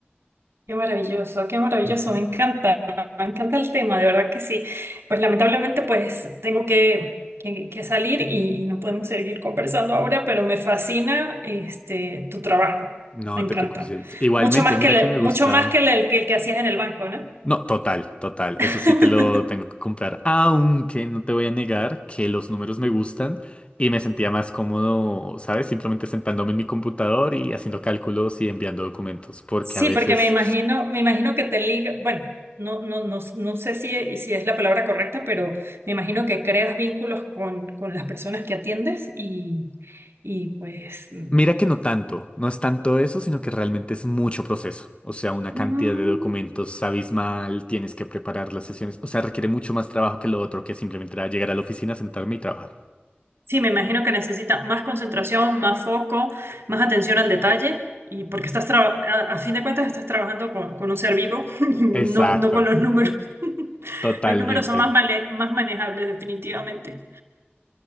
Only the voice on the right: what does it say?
Qué maravilloso, qué maravilloso,
me encanta, me encanta el tema, de verdad que sí. Pues lamentablemente pues tengo que, que- que salir y, y no podemos seguir conversando ahora, pero me fascina este tu trabajo,
me encanta.
Mucho más
que el,
mucho más que el, que el que hacías en el banco, ¿no?
<laughs>
Sí,
porque me imagino, me imagino que te liga, bueno, no, no, no, no sé si, si es la palabra correcta, pero me imagino que creas vínculos con, con las personas que atiendes y, y pues mm,
mm,
sí, me imagino que necesita más concentración, más foco, más atención al detalle. Y porque estás traba- a, a fin de cuentas estás trabajando con, con un ser vivo, <laughs> no,
no con los números. <laughs>
Los números son más, male- más manejables definitivamente.